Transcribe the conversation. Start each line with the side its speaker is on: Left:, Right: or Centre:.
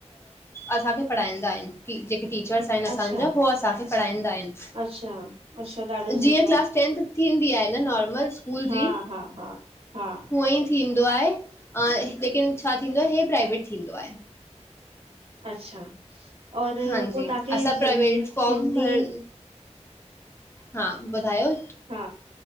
Left: असांखे पढ़ाईंदा आहिन। जेके टीचर्स आहिन असांजा
Right: अच्छा
Left: हो असांखे पढ़ाईंदा आहिन।
Right: अच्छा अच्छा ॾाढो
Left: जीअं
Right: सुठो
Left: क्लास टेंथ थींदी आहे न नॉर्मल स्कूल जी
Right: हा हा हा हा
Left: हुअ। थींदो आहे लेकिन छा थींदो आहे हे प्राइवेट थींदो आहे।
Right: अच्छा और
Left: हांजी
Right: पो तव्हांखे
Left: असां
Right: हि
Left: प्राइवेट फॉर्म
Right: सिंधी।
Left: भर हा बुधायो।
Right: हा